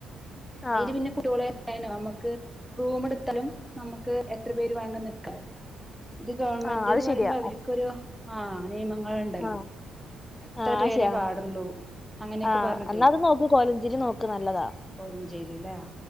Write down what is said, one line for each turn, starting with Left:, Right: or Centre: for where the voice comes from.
Left: ആഹ്
Centre: അയില് പിന്നെ കുട്വോളേ എനോ നമ്മുക്ക് റൂമെടുത്താലും നമുക്ക് എത്ര പേര് വേണോലും നിക്കാം ഇത് ഗവൺമെന്റ്ന്ന്
Left: ആഹ് അത്
Centre: പറയുമ്പോ
Left: ശരിയാ
Centre: അവർക്കൊരു ആഹ് നിയമം അ ഉണ്ടല്ലോ
Left: ആഹ്
Centre: ഇത്ര
Left: ആഹ് അത്
Centre: പേരെ
Left: ശരിയാ
Centre: പാടുള്ളൂ അങ്ങനെയൊക്കെ
Left: ആഹ്
Centre: പറഞ്ഞിട്ടേ
Left: എന്നാ അത് നോക്ക് കോലഞ്ചേരി നോക്ക് നല്ലതാ
Centre: കോഴഞ്ചേരില്ലേ